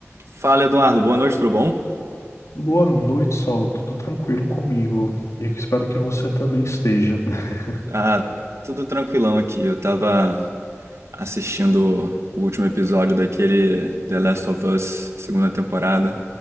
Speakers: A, on the right (about 65°); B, on the left (about 80°).
A: Fala, Eduardo. Boa noite, tudo bom?
B: Boa noite, Saulo. Tudo tranquilo comigo? E espero que você também esteja. <laughs>
A: Ah, tudo tranquilão aqui. Eu tava assistindo o último episódio daquele The Last of Us, segunda temporada.